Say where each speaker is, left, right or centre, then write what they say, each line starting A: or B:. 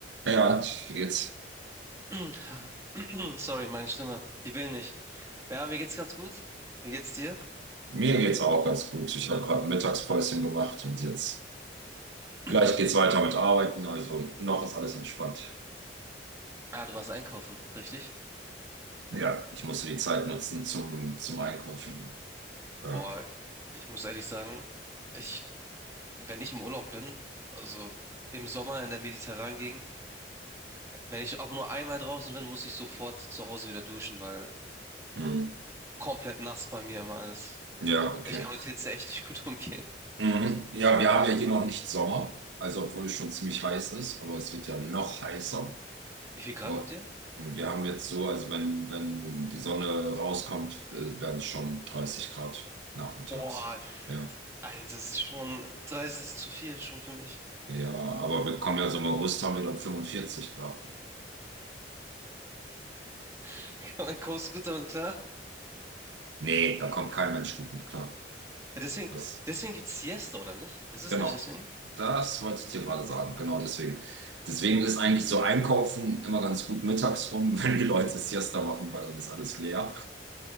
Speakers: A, on the right; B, on the right.
A: Ja, jetzt,
B: <clears throat> Sorry, meine Stimme. Die will nicht. Ja, mir geht's ganz gut. Wie geht's dir?
A: mir geht's auch ganz gut. Ich habe gerade ein Mittagspäuschen gemacht und jetzt
B: <clears throat>
A: gleich geht's weiter mit Arbeiten. Also noch ist alles entspannt.
B: Ah, du warst einkaufen, richtig?
A: Ja, ich musste die Zeit nutzen zum, zum Einkaufen. Ja,
B: Boah, ich muss ehrlich sagen, ich, wenn ich im Urlaub bin, also im Sommer in der mediterranen Gegend, wenn ich auch nur einmal draußen bin, muss ich sofort zu Hause wieder duschen, weil
A: mhm.
B: komplett nass bei mir immer alles.
A: Ja, okay.
B: Ich kann mit Hitze echt nicht gut <laughs> umgehen.
A: Mhm. Ja, wir haben ja hier noch nicht Sommer, also obwohl es schon ziemlich heiß ist, aber es wird ja noch heißer.
B: Wie viel Grad
A: Oh,
B: habt ihr?
A: Wir haben jetzt so, also wenn, wenn die Sonne rauskommt, äh, werden es schon 30 Grad nachmittags.
B: Boah,
A: Ja.
B: Alter, das ist schon, 30 ist zu viel schon für mich.
A: Ja, aber wir kommen ja so im August haben wir dann 45 Grad. Ne?
B: <laughs> Kommst du gut damit klar?
A: Nee, da kommt kein Mensch gut mit klar.
B: Ja, deswegen,
A: Das,
B: deswegen gibt's Siesta, oder nicht? Ist es
A: genau.
B: nicht deswegen?
A: Das wollte ich dir gerade sagen. Genau deswegen. Deswegen ist eigentlich so Einkaufen immer ganz gut mittags rum, <laughs> wenn die Leute Siesta machen, weil dann ist alles leer.